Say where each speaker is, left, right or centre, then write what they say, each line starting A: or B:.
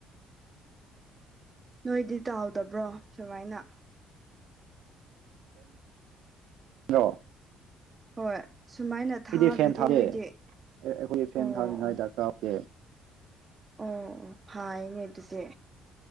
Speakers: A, on the right (about 20°); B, on the right (about 75°).
A: ꯅꯣꯏꯗꯤ ꯇꯥꯎꯍꯗꯕ꯭ꯔꯣ ꯁꯨꯃꯥꯏꯅ
B: ꯍꯜꯂꯣ
A: ꯍꯣꯏ ꯁꯨꯃꯥꯏꯅ ꯊꯥꯗ꯭ꯔꯗꯤ
B: ꯑꯩꯗꯤ ꯐꯦꯟ ꯊꯥꯗꯦ
A: ꯅꯣꯏꯗꯤ
B: ꯑꯩꯈꯣꯏꯗꯤ ꯐꯦꯟ
A: ꯑꯣ ꯑꯣ
B: ꯊꯥꯅꯤꯡꯉꯥꯏ ꯗꯔꯀꯥꯔ ꯑꯣꯏ
A: ꯑꯣ ꯐꯥꯏꯅꯦ ꯑꯗꯨꯁꯦ